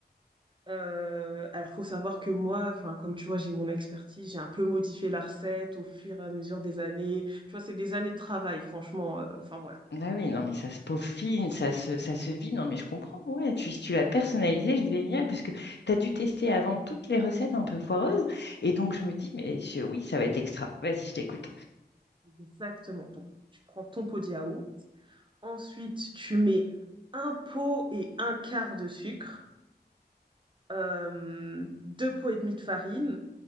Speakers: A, on the right; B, on the left.
A: Euh, alors, faut savoir que moi, enfin, comme tu vois, j'ai mon expertise, j'ai un peu modifié la recette au fur et à mesure des années. Tu vois, c'est des années de travail, franchement. euh, Enfin, voilà.
B: Ah oui, non, mais ça se peaufine, ça se, ça se vit. Non, mais je comprends. Ouais, tu, si tu l'as personnalisé, c'est génial, parce que tu as dû tester avant toutes les recettes un peu foireuses. Et donc, je me dis, mais je- oui, ça va être extra. Vas-y, je t'écoute.
A: Exactement. Donc, tu prends ton pot de yaourt. Ensuite, tu mets un pot et un quart de sucre, euh, deux pots et demi de farine